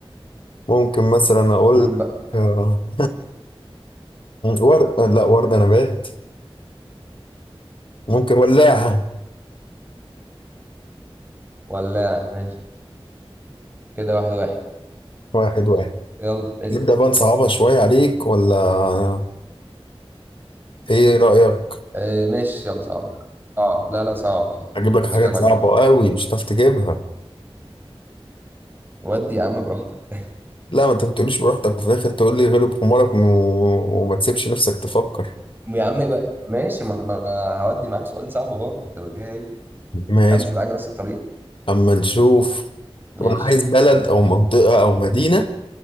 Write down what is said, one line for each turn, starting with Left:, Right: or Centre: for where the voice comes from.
Left: ممكن مثلا أقول
Right: قول
Left: لك
Right: بقى
Left: آه، ورد لا وردة نبات ممكن ولاعة
Right: ولا ماشي كده واحد واحد
Left: واحد واحد
Right: يلا اسأل
Left: نبدأ بقى نصعبها شوية عليك ولا إيه رأيك؟
Right: آه ماشي يلا صعب صعب لا لا صعب صعب
Left: أجيب لك حاجات
Right: انا كده معاك
Left: صعبة
Right: على خط
Left: قوي مش هتعرف تجيبها
Right: ودي يا عم براحتك
Left: لا ما أنت ما بتقوليش براحتك وفي الآخر تقول لي غلب حمارك و... وما تسيبش نفسك تفكر
Right: يا عم يبقى ماشي ما انا هودي معاك سؤال صعب برضه طب ايه
Left: ماشي
Right: همشي معاك بنفس الطريقه
Left: أما نشوف
Right: ماشي
Left: طب أنا عايز بلد أو منطقة أو مدينة